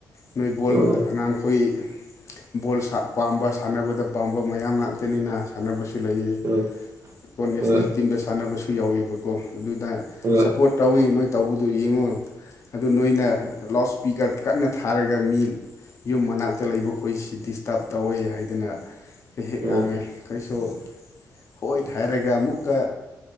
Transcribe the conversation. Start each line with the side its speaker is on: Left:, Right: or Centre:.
Left: ꯅꯣꯏ ꯕꯣꯜ
Right: ꯑꯣ
Left: ꯑꯉꯥꯡꯈꯣꯏ ꯕꯣꯜ ꯁꯥ ꯄꯥꯝꯕ ꯁꯥꯟꯅꯕꯗ ꯄꯥꯝꯕ ꯃꯌꯥꯝ ꯉꯥꯛꯇꯅꯤꯅ ꯁꯥꯟꯅꯕꯁꯨ ꯄꯤ ꯂꯩꯌꯦ
Right: ꯍꯣꯏ
Left: ꯀꯣ ꯅꯦꯁꯅꯦꯜ
Right: ꯍꯣꯏ
Left: ꯇꯤꯝꯗ ꯁꯥꯟꯅꯕꯁꯨ ꯌꯥꯎꯋꯦꯕꯀꯣ ꯑꯗꯨꯗ
Right: ꯍꯣꯏ
Left: ꯁꯞꯄꯣꯔꯠ ꯇꯧꯋꯤ ꯅꯣꯏ ꯇꯧꯕꯗꯨꯣ ꯌꯦꯡꯉꯣ ꯑꯗꯨ ꯅꯣꯏꯅ ꯂꯥꯎꯠ ꯁ꯭ꯄꯤꯀꯔ ꯀꯟꯅ ꯊꯥꯔꯒ ꯃꯤ ꯌꯨꯝ ꯃꯅꯥꯛꯇ ꯂꯩꯕꯈꯣꯏꯁꯤ ꯗꯤꯁꯇꯥꯔꯕ ꯇꯧꯋꯦ ꯍꯥꯏꯗꯅ ꯍꯦꯛ -ꯦꯛ
Right: ꯍꯣꯏ
Left: ꯉꯥꯡꯉꯦ ꯈꫭꯏꯁꯨ ꯍꯣꯏ ꯍꯥꯏꯔꯒ ꯑꯃꯨꯛꯀ